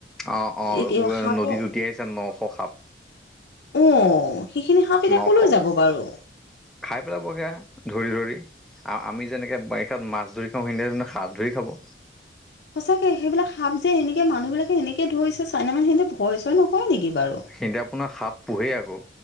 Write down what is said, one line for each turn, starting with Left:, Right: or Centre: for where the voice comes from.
Centre: অ অ
Left: এতিয়া
Centre: উ
Left: সাপৰ
Centre: নদীত উটি আহিছে নশ সাপ।
Left: অঁ সেইখিনি সাপ এতিয়া
Centre: নশ
Left: ক'লৈ যাব বাৰু?
Centre: খাই পেলাবগে ধৰি ধৰি। আ আমি যেনেকে বাৰিষাত মাছ ধৰি খাওঁ সিহঁতি সেনেদৰে সাপ ধৰি খাব।
Left: সঁচাকে সেইবিলাক সাপ যে এনেকে মানুহবিলাকে এনেকে ধৰিছে, চাইনা মানে সিহঁতে ভয় চয় নকৰে নেকি বাৰু?
Centre: হেতি আপোনাৰ সাপ পোহেই আকৌ